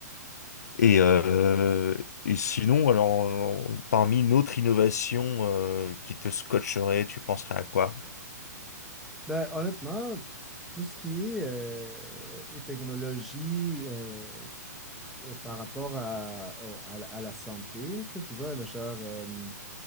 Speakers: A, on the left; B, in the centre.
A: Et, euh, et sinon, alors euh, parmi une autre innovation euh, qui te scotcherait, tu penserais à quoi?
B: Ben, honnêtement, tout ce qui est euh, technologie, euh, euh, par rapport à, au- à, la à la santé, tu sais, tu vois, là, genre, euh,